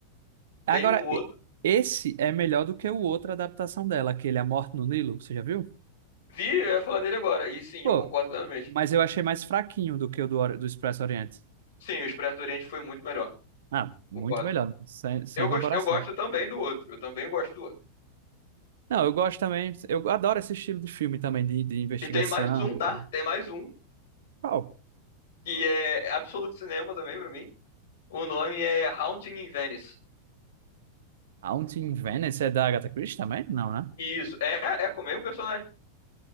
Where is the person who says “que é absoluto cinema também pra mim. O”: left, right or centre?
Left